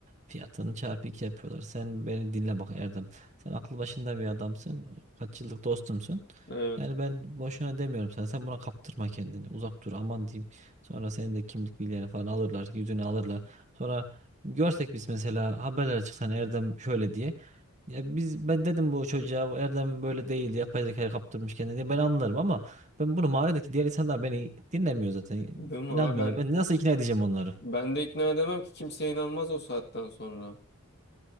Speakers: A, on the right (about 35°); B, on the left (about 55°).
A: fiyatını çarpı iki yapıyorlar. Sen beni dinle bak Erdem sen aklı başında bir adamsın kaç yıllık dostumsun
B: Evet.
A: yani ben boşuna demiyorum sana sen buna kaptırma kendini uzak dur aman diyeyim sonra senin de kimlik bilgilerini falan alırlar yüzünü alırlar sonra görsek biz mesela haberlere çıksan Erdem şöyle diye. Ya biz ben dedim bu çocuğa bu Erdem böyle değil yapay zekaya kaptırmış kendini diye ben anlarım ama ben bunu mahalledeki diğer insanlar beni dinlemiyor zaten
B: Değil mi?
A: inanmıyorlar
B: abi? Ben
A: ben nasıl ikna edeceğim onları
B: ben de ikna edemem ki kimse inanmaz o saatten sonra.